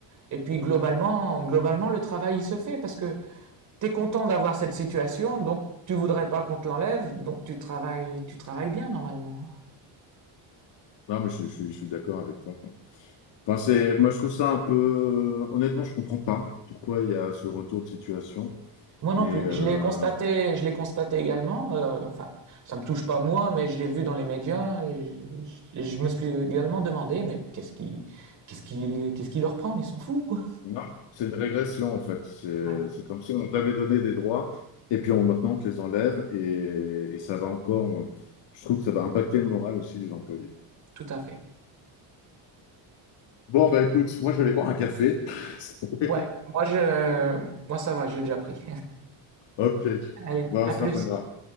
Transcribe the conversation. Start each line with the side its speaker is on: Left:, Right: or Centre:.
Right: Et puis globalement, globalement, le travail il se fait parce que t'es content d'avoir cette situation, donc tu voudrais pas qu'on te l'enlève, donc tu travailles, tu travailles bien normalement.
Left: Non, mais je, suis je suis- je suis d'accord avec toi. quoi. Enfin, c'est, moi, je trouve ça un peu. Honnêtement, je comprends pas pourquoi il y a ce retour de situation.
Right: Moi
Left: Et
Right: non plus.
Left: euh,
Right: Je l'ai constaté, je l'ai constaté également. euh, enfin, ça me touche pas moi, mais je l'ai vu dans les médias et je, et je me suis également demandé, mais qu'est-ce qui, qu'est-ce qui, qu'est-ce qui leur prend? Ils sont fous, quoi.
Left: non, c'est une régression, en fait. C'est,
Right: Ouais,
Left: c'est comme si on t'avait donné des droits, et puis on, maintenant, on te les enlève, et, et ça va encore. Je trouve que ça va impacter le moral aussi des employés.
Right: tout à fait.
Left: Bon, bah écoute, moi, je vais aller boire un café. <laughs>
Right: Ouais, moi je, moi ça va, j'ai déjà pris.
Left: Ok,
Right: <laughs> Allez,
Left: bah,
Right: à
Left: on se
Right: plus.
Left: rappellera.